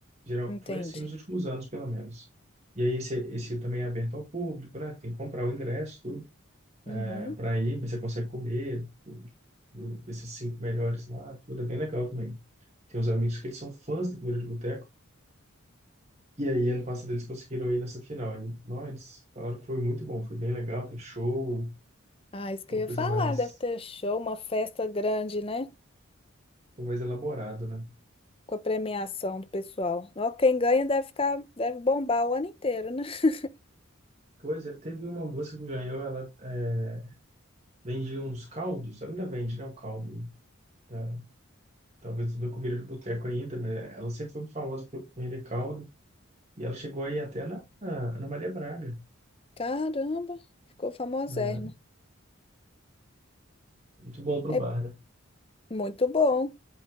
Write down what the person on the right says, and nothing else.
Geral,
foi assim nos últimos anos, pelo menos. E aí esse, esse também é aberto ao público, né? Tem que comprar o ingresso, tudo,
para ir, mas você consegue comer, tudo, esses cinco melhores lá, tudo é bem legal também. Tem uns amigos que eles são fãs da comida de boteco. E aí, ano passado, eles conseguiram ir nessa final. E, não, eles falaram que foi muito bom, foi bem legal, teve show,
uma
coisa
mais,
foi mais elaborado, né?
Pois é, teve uma moça que ganhou, ela é, vendia uns caldos, ela ainda vende, né, o caldo. né? É, talvez não comida de boteco ainda, mas ela sempre foi famosa por vender caldo. E ela chegou aí até na, na Ana Maria Braga.
né? muito bom pro
bar, né?